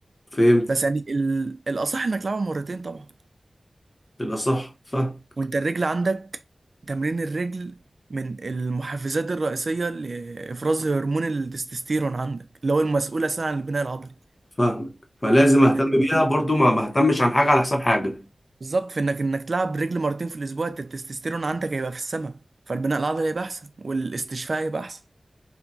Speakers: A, on the left; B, on the right.
A: فهمت
B: بس يعني ال- الاصح انك تلعبها مرتين طبعا
A: بالاصح فاهم
B: وانت الرجل عندك تمرين الرجل من المحفزات الرئيسيه لافراز هرمون التستوستيرون عندك اللي هو المسؤول اساسا عن البناء العضلي
A: فاهمك فلازم
B: فانك
A: اهتم بيها برضو ما بهتمش عن حاجه على حساب حاجه
B: بالظبط فانك انك تلعب بالرجل مرتين في الاسبوع انت التستوستيرون عندك هيبقى في السماء فالبناء العضلي هيبقى احسن والاستشفاء هيبقى احسن